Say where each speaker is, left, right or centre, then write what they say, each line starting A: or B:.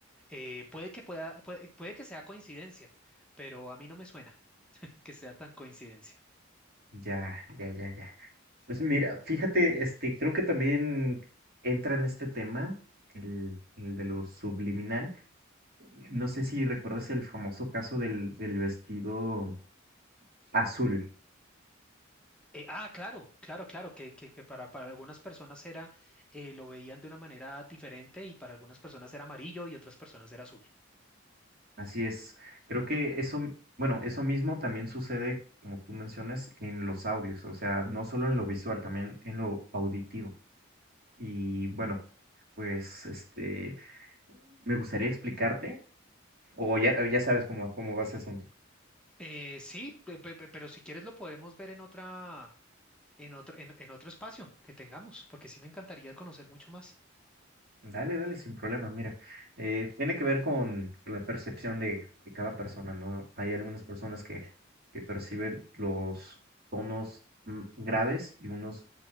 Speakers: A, in the centre; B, on the right.
A: Eh, puede que pueda, puede, puede que sea coincidencia, pero a mí no me suena <laughs> que sea tan coincidencia.
B: ya, ya, ya, ya. Pues mira, fíjate, este, creo que también entra en este tema, el, el de lo subliminal No sé si recuerdas el famoso caso del, del vestido azul.
A: Eh, ah, claro, claro, claro, que, que, que para, para algunas personas era, eh, lo veían de una manera diferente y para algunas personas era amarillo y otras personas era azul.
B: Así es. Creo que eso, bueno, eso mismo también sucede, como tú mencionas, en los audios, o sea, no solo en lo visual, también en lo auditivo. Y bueno, pues este, me gustaría explicarte, o ya, o ya sabes cómo, cómo va ese asunto.
A: Eh, sí, pe- pe- pe- pero si quieres lo podemos ver en otra, en otro, en, en otro espacio que tengamos, porque sí me encantaría conocer mucho más.
B: Dale, dale, sin problema. Mira, eh, tiene que ver con la percepción de, de cada persona, ¿no? Hay algunas personas que, que perciben los tonos mm, graves y unos